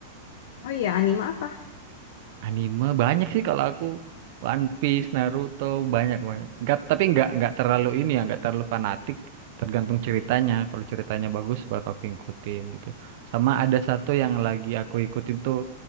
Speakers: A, on the left (about 60°); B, on the right (about 50°).
A: Oh iya, anime apa?
B: Anime banyak sih kalau aku One Piece, Naruto banyak banyak. Enggak, tapi enggak enggak terlalu ini ya, enggak terlalu fanatik, tergantung ceritanya. Kalau ceritanya bagus baru aku ikutin gitu. Sama ada satu yang lagi aku ikutin tuh